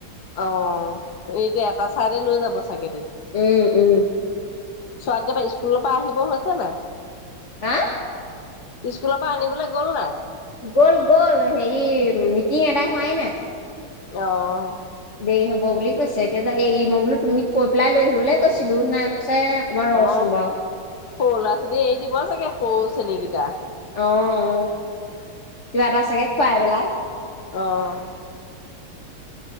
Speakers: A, on the left (about 50°); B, on the left (about 35°).
A: অ, এইটো এটা চাইডে লৈ যাব চাগে
B: উম উম।
A: চোৱা গেপা স্কুলৰ পৰা আহিব হৈছে না। <unintelligible>
B: হা।
A: স্কুলৰ পৰা আনিবলৈ গ'ল নাই?
B: গ'ল গ'ল, হেৰি মিটিং এদাই হোৱাই নাই।
A: অহ।
B: দেৰি হ'ব বুলি কৈছে, এতিয়া এই মই বোলো তুমি কৈ পেলাই লৈ আহি বলে কৈছিলোঁ নাই। কৈছে অকণমান ৰচোন
A: অ
B: বাৰু।
A: সৰু ল'ৰা ছোৱালীয়ে এৰি দিব চাগে সৰু চেনীকেইটা।
B: অ অ, কিবা এটা চাগে খুৱাই পেলাই।
A: অহ।